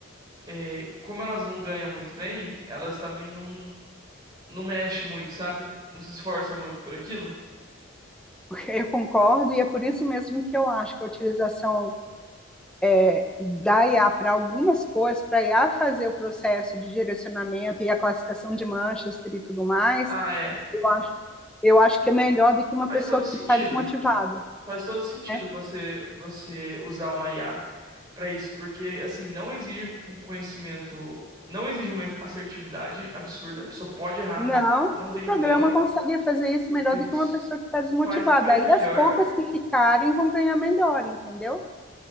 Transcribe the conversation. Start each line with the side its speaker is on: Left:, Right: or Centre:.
Right: É, como elas não ganham muito bem, elas também não, não mexem muito, sabe? Não se esforça muito por aquilo.
Centre: <laughs> Eu concordo, e é por isso mesmo que eu acho que a utilização é, da IA para algumas coisas, para a IA fazer o processo de direcionamento e a classificação de manchas e tudo mais,
Right: Ah, é.
Centre: eu acho, eu acho que é melhor do que uma
Right: Faz
Centre: pessoa
Right: todo sentido.
Centre: que está desmotivada.
Right: Faz todo sentido
Centre: Né?
Right: você você usar uma IA pra isso, porque assim, não exige um conhecimento, não exige uma assertividade absurda. A pessoa pode errar
Centre: Não,
Right: no Manchester, não tem
Centre: o programa
Right: problema.
Centre: consegue fazer isso melhor
Right: É Isso.
Centre: do que uma pessoa que está desmotivada.
Right: Faz faz
Centre: Aí
Right: melhor.
Centre: as poucas que ficarem vão ganhar melhor, entendeu?